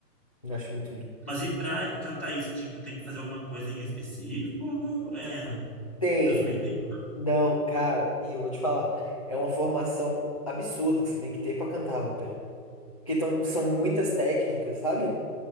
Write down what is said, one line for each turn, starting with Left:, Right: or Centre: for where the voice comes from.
Left: Eu acho muito lindo.
Centre: Mas e pra cantar isso, tipo, tem que fazer alguma coisa em específico? É,
Left: Tem.
Centre: eu sou bem leigo.
Left: Não, cara, e eu vou te falar. É uma formação absurda que você tem que ter pra cantar ópera. Porque tão, são muitas técnicas, sabe?